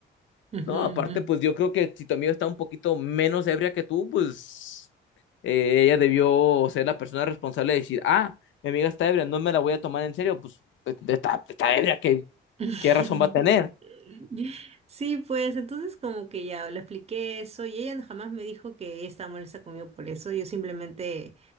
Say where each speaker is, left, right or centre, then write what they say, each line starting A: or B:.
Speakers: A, on the right; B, on the left.
A: ujú,
B: No, aparte,
A: ujú.
B: pues yo creo que si tu amiga está un poquito menos ebria que tú, pues eh, ella debió ser la persona responsable de decir, ah, mi amiga está ebria, no me la voy a tomar en serio, pues eh, está, está ebria, ¿qué,
A: <laughs>
B: qué razón va a tener?
A: Sí, pues entonces como que ya le expliqué eso y ella jamás me dijo que ella estaba molesta conmigo por eso. Yo simplemente